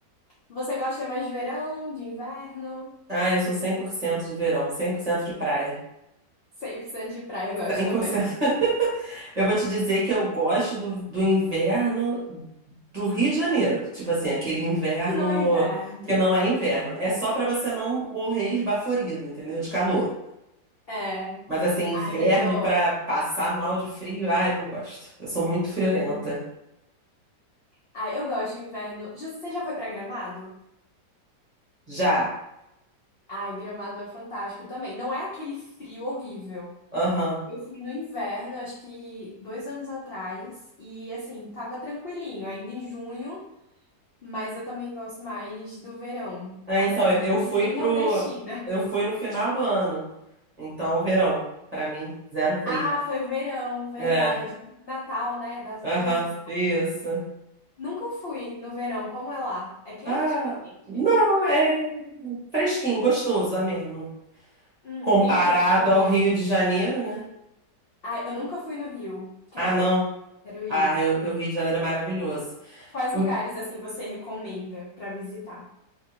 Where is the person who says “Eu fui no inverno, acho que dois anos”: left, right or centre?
Left